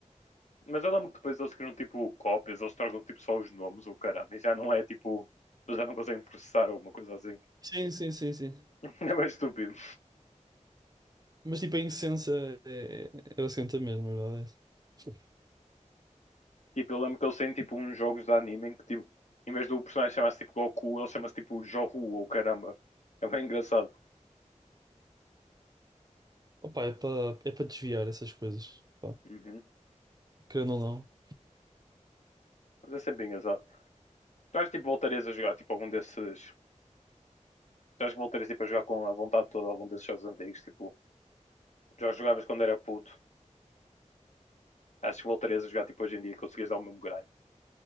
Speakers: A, on the left; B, on the right.
A: Mas eu lembro que depois eles criam, tipo, cópias, eles trocam, tipo, só os nomes, ou caramba, e já não é, tipo, eles já não conseguem processar alguma coisa assim.
B: Sim, sim, sim, sim.
A: <laughs> É mais estúpido.
B: Mas tipo, a essência é, é basicamente a mesma, a verdade. é essa.
A: Tipo, eu lembro que eles têm, tipo, uns jogos de anime em que, tipo, em vez do personagem chamar-se, tipo, Goku, ele chama-se, tipo, Johu, ou caramba. É bem engraçado.
B: Opa, é para é para desviar essas coisas. Pá,
A: Uhum.
B: querendo ou não.
A: Mas é sempre engraçado. Tu acho tipo, voltarias a jogar tipo, algum desses. Tu acho que voltarias tipo, a jogar com a vontade toda algum desses jogos antigos? Tipo, já jogavas quando era puto. Acho que voltarias a jogar tipo, hoje em dia e conseguias dar o mesmo grind. O